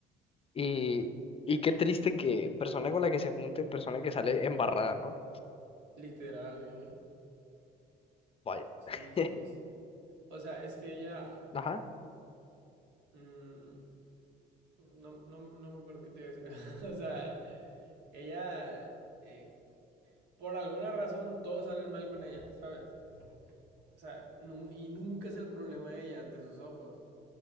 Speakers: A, on the left (about 35°); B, on the right (about 80°).
A: Y, y qué triste que persona con la que se junte, persona que sale embarrada, ¿no?
B: Literal, ¿eh?
A: Vaya.
B: Sí,
A: <laughs>
B: sí, sí. O sea, es que ella...
A: Ajá.
B: mm, no, no, no me acuerdo qué te iba a decir. <laughs> O sea, ella... eh, por alguna razón todos salen mal con ella, ¿sabes? O sea, nu- y nunca es el problema de ella ante sus ojos.